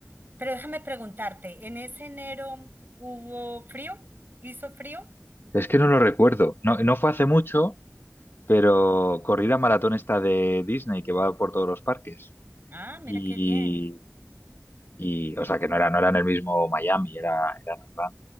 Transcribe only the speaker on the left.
Es que no lo recuerdo. No, no fue hace mucho, pero corrí la maratón esta de Disney que va por todos los parques.
Y,
y, o sea, que no era, no era en el mismo Miami, era, era en Orlando